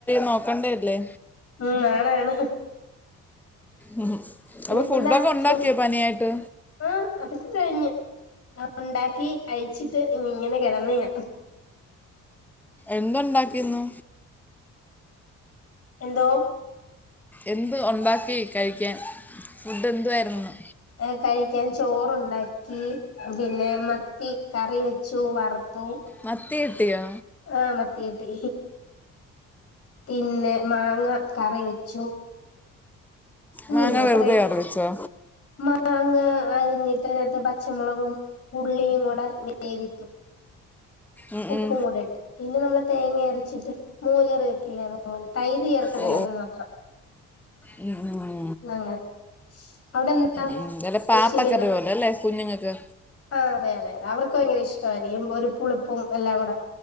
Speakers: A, in the centre; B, on the left.
A: നോക്കണ്ട്യെര്ലേ
B: ഉം നളെയാണ്
A: ഉഹും
B: പിന്നെന്താ
A: അപ്പൊ ഫുഡ്ഡാെക്കെ ഉണ്ടാക്ക്യാേ
B: ചോറ്
A: പനിയായ്ട്ട്
B: ആഹ് അതൊക്കെ കഴിഞ്ഞു അഹ് ഉണ്ടാക്കി കഴിച്ചി ട്ട് ഇങ്ങെനെ കിടെന്ന് ഞാ
A: എന്താണ്ടാക്കീന്നു
B: എന്തോ
A: എന്ത് ഒണ്ടാക്കി കഴിയ്ക്കാൻ ഫുഡ്ഡെന്തുവായ്ര്ന്നൂന്ന്
B: ഞാൻ കഴിയ്ക്കാൻ ചോറുണ്ടാക്കി പിന്നേ മത്തി കറി വെച്ചു വറ്ത്തു
A: മത്തി കിട്ടിയോ
B: ആഹ് മത്തി കിട്ടി പിന്നെ മാങ്ങ കറി വെച്ചു ഉം
A: മാങ്ങ
B: അത്രെയൊക്ക്യാ
A: വെറുതെ കറി വെച്ചോ
B: മാങ്ങ അരിഞ്ഞി ട്ടനകത്ത് പച്ചമാെളകും ഉള്ളിയും കൂടെ വേവിയ്ക്കും
A: ഉം
B: ഉപ്പും
A: ഉം.
B: കൂടെ ഇട്ട് പിന്നെ നമ്മള് തേങ്ങെ അരെച്ചിട്ട് മാേര് കറി വെക്കില്ലേ അതുപോലെ തൈര് ചേർക്കത്തില്ലെന്ന്
A: ഓ,
B: മാത്രം
A: ഉം ഉം
B: <unintelligible> അവിടെ എന്താ
A: ഉം വെലെ
B: സ്പെഷ്യൽ
A: പാപ്പക്കറി പോലെ അല്ലേ കുഞ്ഞുങ്ങക്ക്
B: ആഹ് അതെ അതേ അവർക്ക് ഭയ്ങ്കെര ഇഷ്ടമായ്രിക്കും ഒരു പുളിപ്പും എല്ലാം കൂടെ